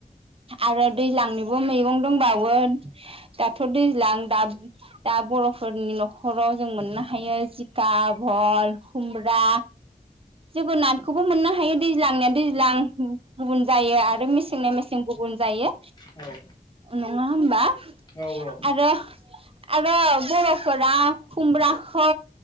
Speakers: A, on the right (about 35°); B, on the left (about 25°).
A: आरो दैज्लांनिबो मैगं दंबावो दाथ' दैज्लां दा-दा बर'फोरनि न'खराव जों मोनना थायो जिखा भल खुमब्रा जोगोनाथखौबो मोननो हायो दैज्लांनिया दैज्लां गुबुन जायो आरो मेसेंनिया मेसें गुबुन जायो
B: औ
A: नङा होमबा
B: औ औ
A: आरो आरो बर'फोरा खुमब्राखौ